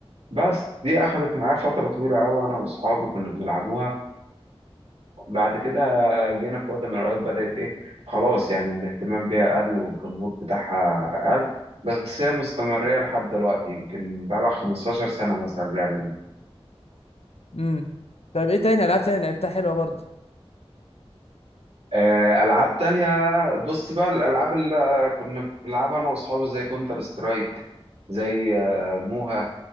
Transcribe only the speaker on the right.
بس دي اخذت معايا فترة طويلة قوي انا واصحابي كنا بنلعبوها بعد كده جينا في وقت من الاوقات بدأت ايه خلاص يعني الاهتمام بيها قل والجمهور بتاعها قل بس هي مستمرة لحد دلوقتي يمكن بقالها 15 سنة مثلا اللعبة
آه، ألعاب تانية بص بقى الألعاب اللي كنا بنلعبها أنا وأصحابي زي كونتر سترايك زي آه، موها